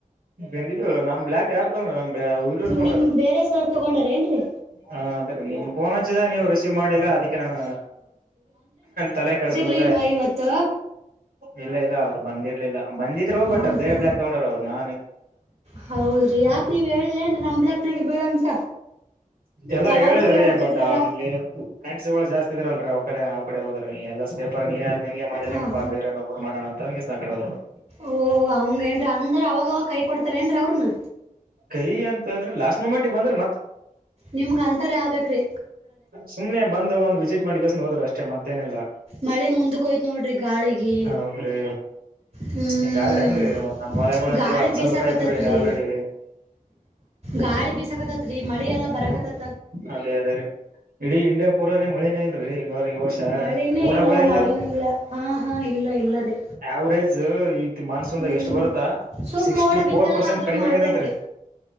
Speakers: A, on the right (about 90°); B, on the right (about 45°).
A: ಹೆಂಗಿದ್ದು ನಮ್ ಬ್ಲಾಕ್ ಯಾರು ತಗೊಂಡ ನಮ್ ಉಊರ ಯಾರ್ ತಗೊಂಡ್ರ.
B: ನಿಮ್ ಬೇರೆ ಸರ್ ತಗೊಂಡಾರ ಏನ್ರಿ
A: ಹಾ ಅದೇ ರ ನಿಮ್ಫೋನ್ ಹಚ್ಚಿದ ನೀವು ರಿಸೀವ್ ಮಾಡ್ಲಿಲ್ಲ ಅದಕ್ಕೆ ನಾನು ತಲೆಕೆಡಿಸಿಕೊಳ್ಳಲ್ಲ.
B: ಲ್ ವ ಇವತ್ತ.
A: ಇಲ್ಲ ಇಲ್ಲ ಅವ್ರು ಬಂದಿರ್ಲಿಲ್ಲ ಬಂದಿದ್ರು
B: ಹೌದು
A: ಬಟ್ ಬೇರೆ ಬ್ಲಾಕ್ ತಗೊಂಡೋರ ಅವ್ರು ನಾ.
B: ಹೌದ್ರಿ ಯಾಕ ನೀವ್ ಹೇಳಲನ್ರಿ ನಮ್ಲಾಕ್ನಾಗ ಬೀಳಂತ.
A: ಎಲ್ಲಾ
B: ಯಾವಾಗ್ಲೂ
A: ಹೇಳಿದವ್ರಿ
B: ಹೇಳ್ತಿದ್ರಲ್ಲ
A: ಬಟ್ ಅವ್ರಲ್ಲಿ. ಫ್ರೆಂಡ್ಸ್ ಗಳು ಜಾಸ್ತಿ ಇದ್ರರಲ್ ರರಿ ಅವ್ಡೆ ಅವ್ರ ಕಡೆ ಹೋದ್ರ ಎಲ್ಲ ಪೇರ್ ನಿನಗೆ ಮಾಡಿದಂಗಗೆ
B: ಹಾಂ
A: ಬೇರೆ ನರು ಮಾಡಣ. ಕಡೆ ಹೋದರು.
B: ಓಹ ಅವಂಗ ಏನ್ ಅಂದ್ರ ಅವಾಗವಾಗ ಕೈ ಕೊಡ್ತಾರ ಏನ್ರೀ ಅವ್ರನ.
A: ಕೈ ಅಂಥ ಅಲ್ರೀ ಲಾಸ್ಟ್ ಮುಮೆಂಟ್ ಬಂದ್ರು.
B: ನಿಮ್ಗ ಅಂತರ ಆಬೇಕ್ರಿ.
A: ಸುಮ್ನೆ ಬಂದ ಒಂದು ವಿಸಿಟ್ ಮಾಡಿ ಹೋದ್ರ ಅಷ್ಟೆ ಮತ್ತೇನಿಲ್ಲ.
B: ಮಳೆ ಮುಂದಕ್ಕೆ ಹೋಯ್ತು ನೋಡ್ರಿ ಗಾಳಿಗೆ
A: ಹೌದ್ರಿ
B: ಹ್ಮ್.
A: ಹಿಂಗಾದ್ರೆ ಹೆಂಗ್ರೀ ನಮ್ ಹೊಲಗಳು ಅಂತೀವ
B: ಗಾಳಿ
A: ಹತ್
B: ಬೀಸಕತೈತ್ರಿ.
A: ಸಾವಿರ ರೂಪಾಯಿ ಹಾಕಿವ್ರಿ ಆಲ್ರೆಡಿ
B: ಗಾಳಿ ಬಿಸಸಕತ್ತತ್ರಿ ಮಳಿ ಎಲ್ಲ ಬರಕತ್ತತ್.
A: ಅದೇ ಅದೇ ರೀ ಇಡೀ ಇಂಡ್ಯಾ ಪೂರಾನ ಮಳನೇ ಇಲ್ರರಿ. ಇ ಈ ವರ್ಷ
B: ಮಳಿನೇ
A: ಮೋಡಗಳೇ ಇಲ್ಲ
B: ಮಳಿನೇ ಹಾ ಹಾ ಇಲ್ಲ ಇಲ್ಲ ರೀ
A: ಅವರೇಜ್. ಈ ಮಾನ್ಸನ್
B: ಹ್ಮ್
A: ಎಷ್ಟ್ ಬರುತ್ತಾ
B: ಸುಮ್
A: ಸಿಕ್ಸ್ಟಿ
B: ಮೋಡ ಬಿತ್ತನೆ
A: ಫೋರ್ ಪರ್ಸೆಂಟ್
B: ಆದ್ರೂ
A: ಕಡಿಮೆ
B: ಮಾಡ್ಬೇಕ್ರಿ
A: ಆಗತೆತ್ರಿ.